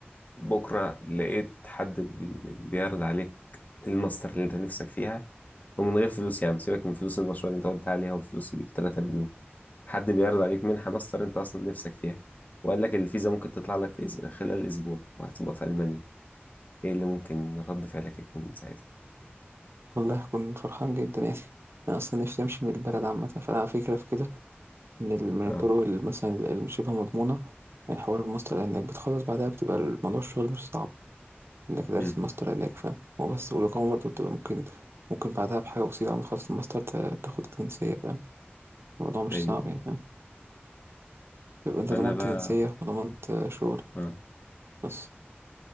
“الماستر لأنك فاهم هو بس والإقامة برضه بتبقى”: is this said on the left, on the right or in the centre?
Right